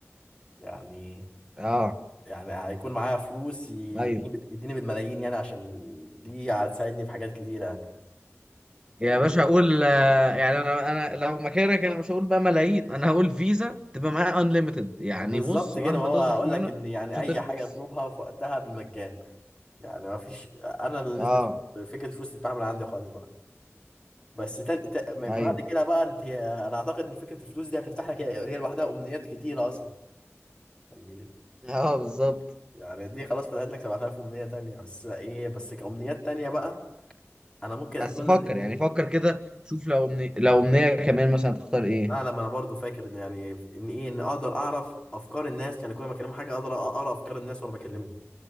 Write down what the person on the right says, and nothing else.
اه
ايوه
يا
باشا اقول آه، يعني انا انا لو مكانك انا مش هقول بقى ملايين انا هقول فيزا تبقى معايا انليمتد يعني
بص
مهما
تصرف
منها
مش
هتخلص
اه
ايوه
اه بالظبط
بس فكر
يعني فكر كده شوف لو من... لو امنية كمان مثلا هتختار ايه